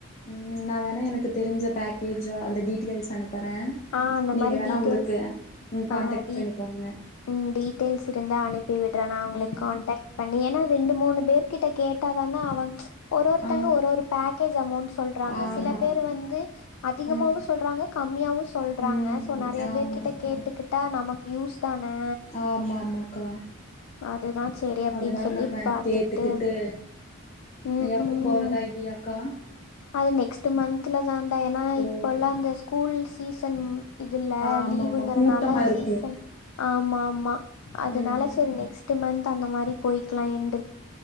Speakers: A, on the left; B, on the left.
A: ம் நா வேணா எனக்கு தெரிஞ்ச பேக்கேஜோ அந்த டீட்டெயில்ஸ் அனுப்புறே
B: ஆ அந்த
A: நீங்க
B: மாரி
A: வேணா
B: டீடெய்ல்ஸ்
A: உங்களுக்கு ம் கான்டக்ட்
B: ஆ டி
A: பண்ணிக்கோங்க
B: ம் டீடெயில்ஸ் இருந்தா அனுப்பிவிடுறே நா உங்களுக்
A: ம்
B: கான்டாக் பண்ணி ஏன்னா ரெண்டு மூணு பேர்கிட்ட கேட்டாதானா அவங்க ஒரு ஒருத்தங்க
A: ஆ
B: ஒரு ஒரு பேக்கேஜ் அமௌண்ட் சொல்றாங்க
A: ஆமா
B: சில பேர் வந்து அதிகமாவு
A: ஆ
B: சொல்றாங்க கம்மியாவு சொல்றாங்க
A: ம்
B: சோ நறைய
A: ஆமாக்கா
B: பேர் கிட்ட கேட்டுகிட்டா நமக்கு யூஸ் தானே
A: ஆமா ஆமாக்கா
B: அதுதா சேரி அப்டின்னு
A: அதுனால்
B: சொல்லி
A: நம்ம
B: பாத்துட்டு
A: கேட்டுக்குட்டு
B: ம்
A: எப்ப
B: ம்
A: போறதா ஐடீயாக்கா
B: அது நெக்ஸ்ட் மந்துல தான்டா ஏன்னா
A: ஓ
B: இப்ப எல்லா அந்த ஸ்கூல் சீசன் இதுல்ல
A: ஆமா
B: லீவுங்குறனால
A: ஆமா கூட்டமா இருக்கு
B: சீசன் ஆமா ஆமா அதுனால
A: ம்
B: சரி நெக்ஸ் ட்டு மந்த் அந்த மாரி போய்க்குலா எந்